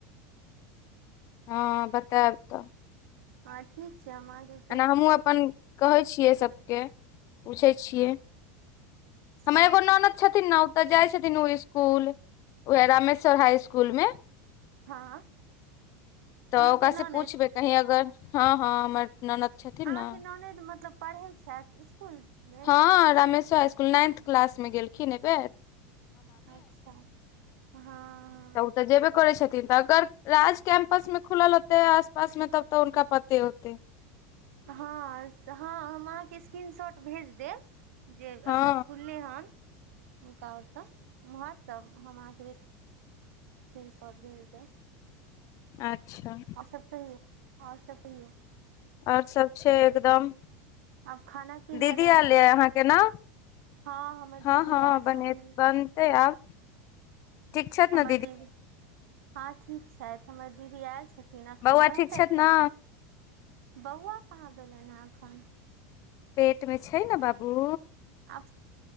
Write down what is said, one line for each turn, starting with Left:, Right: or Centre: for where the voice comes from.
Left: हँ बतायब तऽ
Right: हँ ठीक छै हम अहाके
Left: एना हमहूँ अपन कहै छियै सभके पूछै छियै
Right: अच्छा
Left: हमर एगो ननद छथिन न ओ तऽ जाइ छथिन ओ स्कूल उएह रामेश्वर हाई स्कुल मे
Right: हँ
Left: तऽ
Right: अहाँके
Left: ओकरास
Right: ननैद
Left: से पूछबै कही अगर हँ हँ हमर ननद छथिन
Right: अहाँके
Left: न
Right: ननैद मतलब पढ़ै छथि इसकुलमे
Left: हँ रामेश्वर स्कुल नाइंथ क्लास मे गेलखिन एहि बेेर
Right: अच्छा हँ
Left: तऽ ओ तऽ जेबे करै छथिन तऽ अगर राज कैम्पस में खुलल होते आस पास मे तब तऽ हुनका पते होते
Right: हँऽ हँ हम अहाँके स्क्रीनशॉट भेज देब जे
Left: हँ
Right: अगर खुललै हन हुनका ओतऽ उम्हर तब हम अहाँके स्क्रीनशॉट भेज देव
Left: आच्छा
Right: और सब कहिए आओर सब कहिये
Left: और सब छै एकदम
Right: आब खाना पीना
Left: दीदी
Right: बनायब
Left: आल
Right: की
Left: य अहाँ के न
Right: हँ हमर दीदी
Left: हँ हँ
Right: आयल
Left: बने
Right: छथिन
Left: बनते आब ठीक छथि
Right: हमर
Left: ने
Right: दीदी हँ ठीक छथि हमर दीदी आयल छ न एखन
Left: बौआ
Right: रहतै
Left: ठीक छथि
Right: पन्द्रह
Left: ने
Right: बौआ कहाँ भेलै ह एखन
Left: पेट मे छै ने बाबू
Right: आ